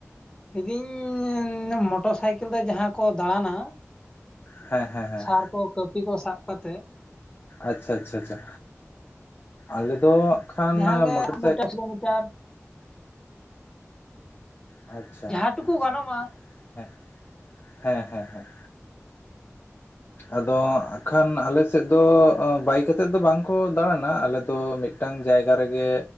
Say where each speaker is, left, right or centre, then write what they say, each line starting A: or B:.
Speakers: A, on the left (about 15°); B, on the left (about 45°).
A: ᱞᱮᱫᱟᱹᱧ ᱢᱚᱴᱚᱨ ᱥᱟᱭᱠᱮᱞ ᱛᱮ ᱡᱟᱦᱟᱸ ᱠᱚ ᱫᱟᱬᱟᱱᱟ᱾
B: ᱦᱮᱸ ᱦᱮᱸ ᱦᱮᱸ᱾
A: ᱥᱟᱨ ᱠᱚ ᱠᱟᱹᱯᱤ ᱠᱚ ᱥᱟᱵ ᱠᱟᱹᱛᱮᱫ
B: ᱟᱪᱪᱷᱟ ᱟᱪᱪᱷᱟ ᱪᱷᱟ ᱟᱞᱮ ᱫᱚ ᱦᱟᱸᱜ
A: ᱡᱟᱦᱟᱸ
B: ᱠᱷᱟᱱ
A: ᱜᱮ
B: ᱢᱚᱴᱚᱨ
A: ᱠᱤᱞᱳᱢᱤᱴᱟᱨ
B: ᱥᱟᱭᱼᱼ
A: ᱠᱤᱞᱳᱢᱤᱴᱟᱨ᱾
B: ᱟᱪᱪᱷᱟ
A: ᱡᱟᱦᱟᱸ ᱴᱩᱠᱩ
B: ᱟᱪᱪᱷᱟ
A: ᱜᱟᱱᱚᱜᱼᱟ᱾
B: ᱦᱮᱸ ᱦᱮᱸ ᱦᱮᱸ ᱦᱮᱸ᱾ ᱟᱫᱚ ᱟᱠᱷᱟᱱ ᱟᱞᱮ ᱥᱮᱼᱼ ᱥᱮᱫ ᱫᱚ ᱵᱟᱭᱤᱠ ᱟᱛᱮᱫ ᱫᱚ ᱵᱟᱝ ᱠᱚ ᱫᱟᱬᱟᱱᱟ ᱟᱞᱮ ᱫᱚ ᱢᱤᱫᱴᱟᱝ ᱡᱟᱭᱜᱟ ᱨᱮᱜᱮᱼᱼ